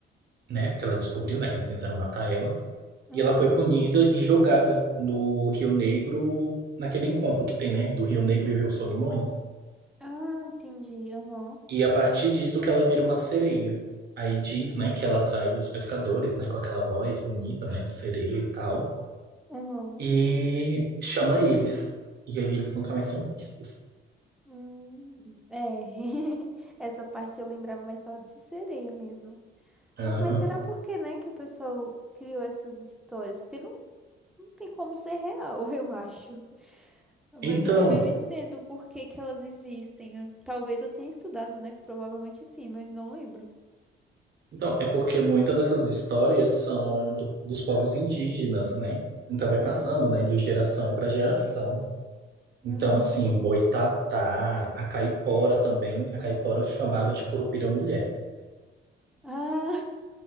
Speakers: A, on the right; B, in the centre.
A: né? Porque ela descobriu, né, que eles tentaram matar ela.
B: Uhum.
A: E ela foi punida e jogada no Rio Negro, naquele encontro que tem, né? Do Rio Negro e o Rio Solimões.
B: Ah, entendi. Aham.
A: E a partir disso que ela vira uma sereia. Aí diz, né, que ela atrai os pescadores, né, com aquela voz bonita, né, de sereia e tal.
B: Aham.
A: E chama eles. E aí eles nunca mais são vistos.
B: Hum, é. <laughs> Essa parte eu lembrava mais só de sereia mesmo.
A: Aham.
B: Nossa, mas será por que, né, que o pessoal criou essas histórias? Porque Não tem como ser real, <laughs> eu acho.
A: Então,
B: Mas eu também não entendo por que que elas existem. Talvez eu tenha estudado, né? Provavelmente sim, mas não lembro.
A: Então, é porque muitas dessas histórias são do- dos povos indígenas, né? Então vai
B: Hum,
A: passando, né, de geração para geração. Então,
B: aham.
A: assim, o Boitatá, a caipora também, a caipora eu chamava de Curupira Mulher,
B: Ah,